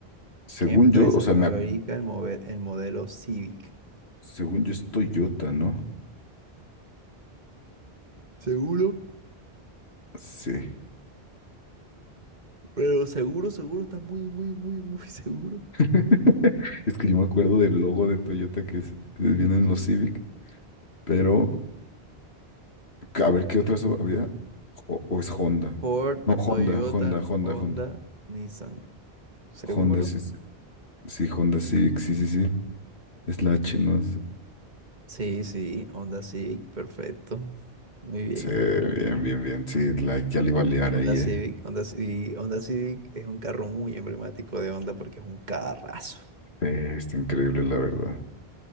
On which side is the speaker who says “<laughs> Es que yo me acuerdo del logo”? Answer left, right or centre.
Left